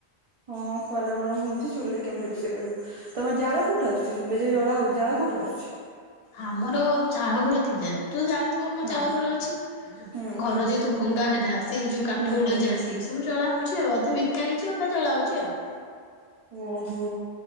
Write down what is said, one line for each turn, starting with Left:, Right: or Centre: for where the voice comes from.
Right: ହଁ ଖରା ଗରମ ହଉଛି ଚୁଲରେ କେମିତି ରୋଷେଇ କରିବୁ? ତମର ଜାଳ କୋଉଠୁ ଆସୁଛି ଚୁଲିରେ ଯୋଉ ଜଳାହଉଛି ଜାଳ କୋଉଠୁ ଆସୁଛି?
Left: ଆମର ଚାଳଘର ଥିଲା। ତୁ ଜାଣିଥିବୁ ମୋ
Right: ହଁ
Left: ଚାଳ ଘର ଅଛି
Right: ହୁଁ
Left: ଘର
Right: ହୁଁ
Left: ଯେହେତୁ ଭଙ୍ଗା ହେଲା ସେଇ ଯୋଉ କାଠ
Right: ହୁଁ ହୁଁ
Left: ଗୁଡା
Right: ହୁଁ
Left: ଯା ସି ସବୁ ଜଳା ହଉଛି ଆଉ ଅଧା ବିକା ହେଇଛି ଅଧା ଜଳା ହଉଛି ଆଉ
Right: ଓହୋ